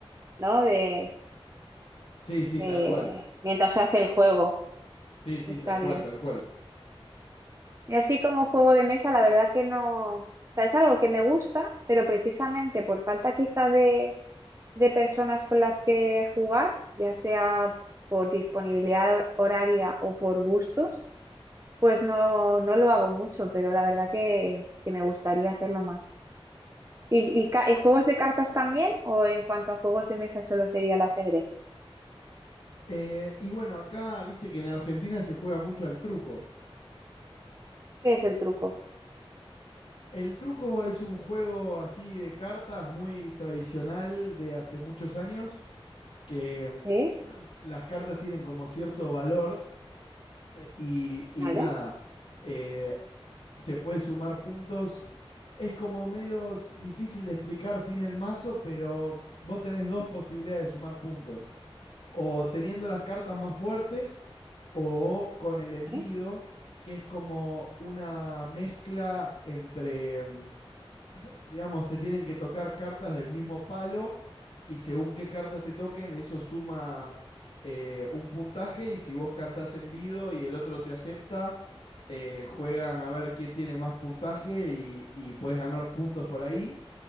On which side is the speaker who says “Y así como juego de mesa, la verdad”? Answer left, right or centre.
Right